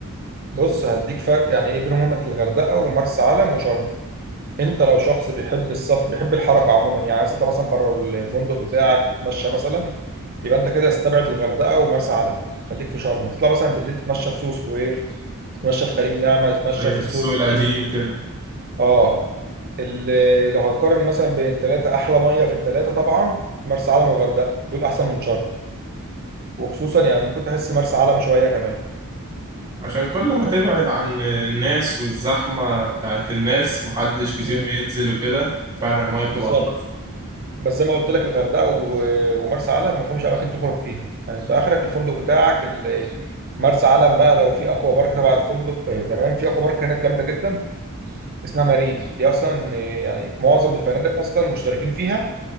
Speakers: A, on the right (about 45°); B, on the right (about 30°).
A: بص هديك فرق يعني ايه بينهم هما الغردقه ومرسى علم وشرم انت لو شخص بيحب السفر بيحب الحركه عموما يعني عايز تطلع مثلا بره الفندق بتاعك تتمشى مثلا يبقى انت كده استبعد الغردقه ومرسى علم خليك في شرم تطلع مثلا بالليل تتمشى في سوق سكوير تتمشى في خليج نعمه تتمشى
B: ايوه
A: في
B: السوق
A: السوق
B: القديم
A: القديم
B: كده
A: اه ال- لو هتقارن مثلا بين الثلاثه احلى ميه في الثلاثه طبعا مرسى علم والغردقه دول احسن من شرم وخصوصا يعني ممكن تحس مرسى علم شويه كمان
B: عشان كل ما تبعد عن الناس والزحمه بتاعت الناس محدش كتير
A: مم.
B: بينزل وكده فعلا المايه بتبقى
A: بالظبط
B: انضف
A: بس زي ما قلت لك الغردقه و- ومرسى علم ما فيهمش اماكن تخرج فيها يعني انت اخرك الفندق بتاعك ال- مرسى علم بقى لو في اكوا بارك تبع الفندق آه، تمام في اكوا بارك هناك جامده جدا اسمها مارين دي اصلا آه، يعني معظم الفنادق اصلا مشتركين فيها